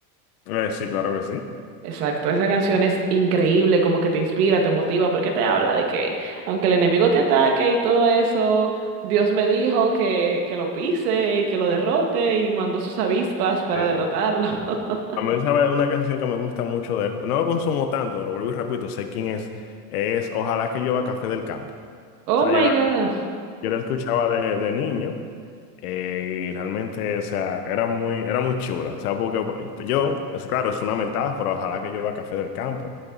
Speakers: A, on the left; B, on the right.
A: Eh, sí, claro que sí.
B: Exacto, esa canción es increíble, como que te inspira, te motiva, porque te habla de que aunque el enemigo te ataque y todo eso, Dios me dijo que, que lo pise y que lo derrote y mandó sus avispas para
A: Sí.
B: derrotarlo. <laughs>
A: A mí, sabe Una canción que me gusta mucho de él. No lo consumo tanto, pero vuelvo y repito, sé quién es. Es Ojalá que llueva café del campo. O
B: Oh
A: sea,
B: my
A: yo la,
B: God.
A: yo la escuchaba de, de niño. Eh, y realmente, o sea, era muy, era muy chula. O sea, porque pues, yo, es claro, es una metáfora, ojalá que llueva café del campo.